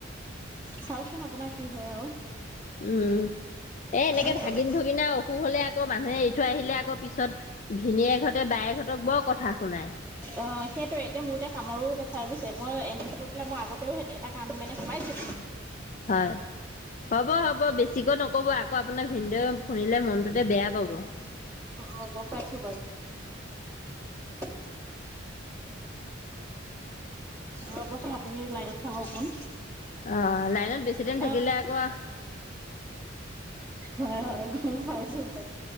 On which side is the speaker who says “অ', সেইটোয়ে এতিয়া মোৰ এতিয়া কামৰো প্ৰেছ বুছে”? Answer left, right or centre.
Right